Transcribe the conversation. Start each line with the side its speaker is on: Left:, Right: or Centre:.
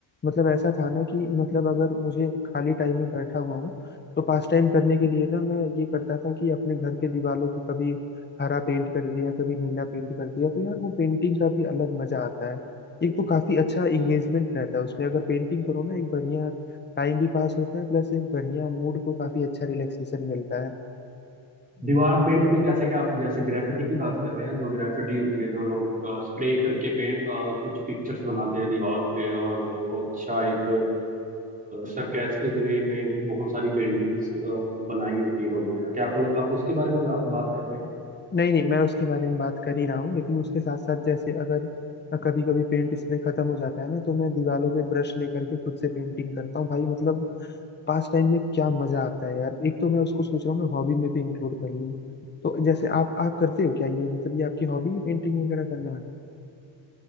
Left: मतलब ऐसा था ना कि मतलब अगर मुझे खाली टाइम में बैठा हुआ हूँ तो पास टाइम करने के लिए ना मैं ये करता था कि अपने घर के दीवारों को कभी हरा पेंट कर दिया कभी नीला पेंट कर दिया तो यार वो पेंटिंग का भी अलग मजा आता है एक तो काफी अच्छा एंगेजमेंट रहता है उसमें अगर पेंटिंग करो ना एक बढ़िया टाइम भी पास होता है प्लस एक बढ़िया मूड को काफी अच्छा रिलैक्सेशन मिलता है
Right: दीवार पेंट पे कैसे क्या आप जैसे ग्रेफिटी की बात कर रहे हैं जो ग्रेफिटी होती है जो लोग स्प्रे करके पेंट कुछ पिक्चर्स बनाते हैं दीवारों पे और वो अच्छा एक सरकास्टिक वे में बहुत सारी पेंटिंग्स बनाई होती है लोगों ने क्या आप लोग आप उसके बारे में बरा- बात कर रहे हैं
Left: नहीं नहीं मैं उसके बारे में बात कर ही रहा हूँ लेकिन उसके साथ साथ जैसे अगर कभी कभी पेंट स्प्रे खत्म हो जाता है ना तो मैं दीवारों पे ब्रश लेकर के खुद से पेंटिंग करता हूँ भाई मतलब पास टाइम में क्या मजा आता है यार एक तो मैं उसको सोच रहा हूँ ना हॉबी में भी इंक्लूड कर लूँ तो जैसे आप आप करते हो क्या ये मतलब ये आपकी हॉबी है पेंटिंग वगैरह करना